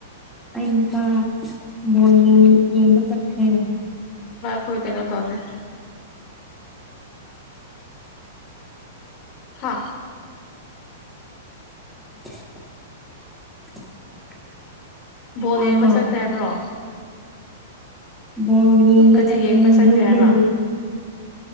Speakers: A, in the centre; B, on the left (about 35°).
A: ꯑꯄꯥ ꯃꯣꯜ ꯌꯦ ꯌꯦꯡꯕ ꯆꯈ꯭ꯔꯦ
B: ꯈꯣꯏ ꯄꯅꯣ ꯇꯅꯅꯦ ꯍꯥ
A: <inaudible>
B: ꯕꯣꯜ
A: ꯇꯥꯕ꯭ꯔꯣ
B: ꯌꯦꯡꯕ ꯆꯠꯈ꯭ꯔꯦ ꯍꯥꯏꯕ꯭ꯔꯣ
A: ꯕꯜꯣ ꯌꯦꯡꯕ
B: ꯀꯔꯤ
A: ꯆꯠꯀꯦ
B: ꯆꯠꯈ꯭ꯔꯦ
A: ꯌꯨꯝꯗꯒꯤ
B: ꯍꯥꯏꯕ